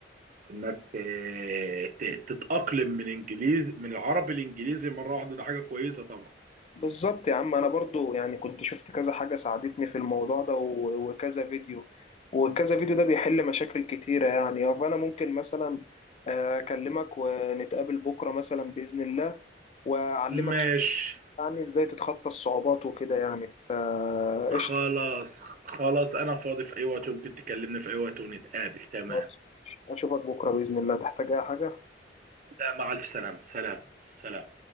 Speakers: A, on the right; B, on the left.
A: انك آه، ت- تتاقلم من انجليزي من العربي الانجليزي مره واحده ده حاجه كويسه طبعا
B: بالظبط يا عم انا برضو يعني كنت شفت كذا حاجة ساعدتني في الموضوع ده و- وكذا فيديو وكذا فيديو ده بيحل مشاكل كتيرة يعني فانا ممكن مثلا آه، اكلمك ونتقابل بكرة مثلا بإذن الله واعلمك
A: ماشي
B: شوية يعني ازاي تتخطى الصعوبات وكده يعني فقشطة
A: خلاص خلاص انا فاضي في اي وقت ممكن تكلمني في اي وقت ونتقابل تمام
B: خلاص اشوفك بكرة بإذن الله تحتاج اي حاجة
A: لا مع الف سلامه سلام سلام